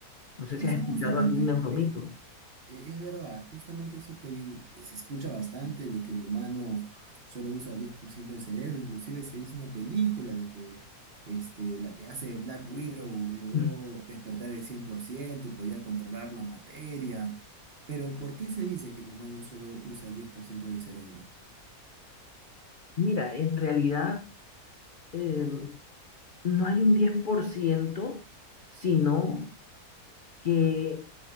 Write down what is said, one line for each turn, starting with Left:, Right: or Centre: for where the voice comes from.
Left: No sé
Right: Eso
Left: si has escuchado
Right: justamente
Left: algún neuromito.
Right: E-
Left: <laughs>
Right: Es verdad, justamente eso que se escucha bastante, de que el humano solo usa el 10% del cerebro, inclusive se hizo una película de que este, la que hace Black Widow logró
Left: Mm.
Right: despertar el 100% y podía controlar la materia. Pero ¿por qué se dice que el humano solo usa el 10% del cerebro?
Left: Mira, en realidad eh, no hay un 10% sino que